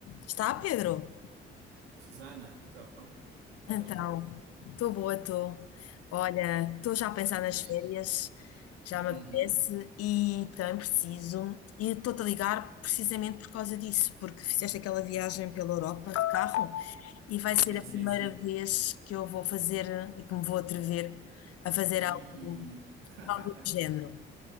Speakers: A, on the left; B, on the right.
A: Está, Pedro?
B: Susana, então,
A: Então,
B: estás boa?
A: estou boa, estou. Olha, estou já a pensar nas
B: Diz.
A: férias, já me
B: Uhum.
A: apetece e também preciso. E estou-te a ligar precisamente por causa disso, porque fizeste aquela viagem pela Europa de carro e vai
B: Sim,
A: ser a
B: sim,
A: primeira
B: sim.
A: vez que eu vou fazer e que me vou atrever a fazer
B: E...
A: algo,
B: <laughs>
A: algo do género.